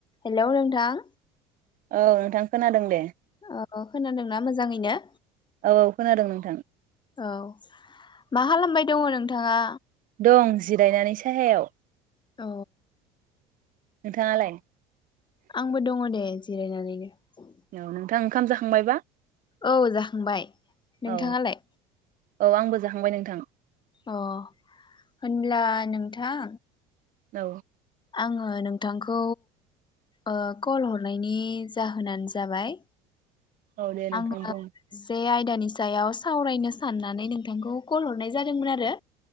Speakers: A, on the left; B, on the right.
A: Hello नों थां
B: औ नोंथां खोनादों दे।
A: अ खोनादोंना मोजाङैनो?
B: औ औ खोनादों नोंथां।
A: औ मा खालामबाय दङ नोंथाङा?
B: दं जिरायनानै साहायाव।
A: औ।
B: नोंथाङालाय?
A: आंबो दङ दे। जिरायनानैनो।
B: औ नोंथां ओंखाम जाखांबायबा?
A: औ जाखांबाय नोंथाङालाय?
B: औ औ आंबो जाहांबाय नोंथां।
A: अ होनब्ला नोंथां
B: औ
A: आङो नोंथांखौ ओ कल हरनायनि जाहोनानो जाबाय
B: औ दे नोंथां
A: आङो
B: बुं
A: जे आइ दानि सायाव सावरायनो साननानै नोंथांखौ कल हरनाय जादोंमोन आरो।